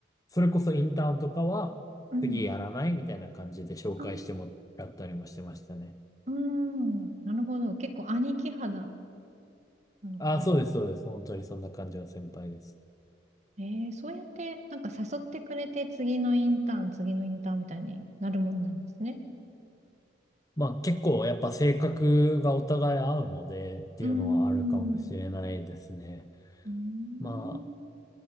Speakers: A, on the left (about 20°); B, on the right (about 40°).
A: それこそインターンとかは次やらないみたいな感じで紹介してもらったりもしてましたね。
B: うん。あーうん、なるほど。結構兄貴肌なのかな。
A: ああ、そうです、そうです。本当にそんな感じの先輩です。
B: ええそうやって、なんか誘ってくれて、次のインターン、次のインターンみたいになるもんなんですね。
A: まあ結構やっぱ性格がお互い合うのでっていうのはあるかもしれないですね。
B: うーん、うーん、
A: ま